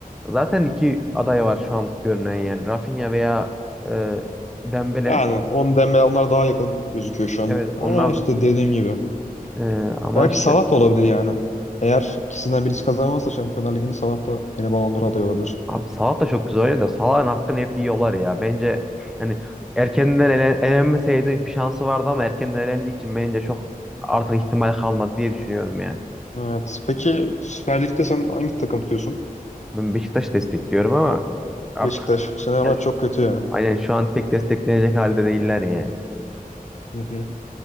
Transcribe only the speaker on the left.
Yani on deme onlar daha yakın gözüküyor şu an.
Ama
işte
dediğim gibi.
Belki
Salah da olabilir yani. Eğer ikisinden birisi kazanmazsa Şampiyonlar Ligi'ni Salah da gene Ballon d'Or adayı olabilir.
Evet. Peki Süper Lig'de sen hangi takım tutuyorsun?
Beşiktaş bu sene ama
çok kötü ya.
Hı hı.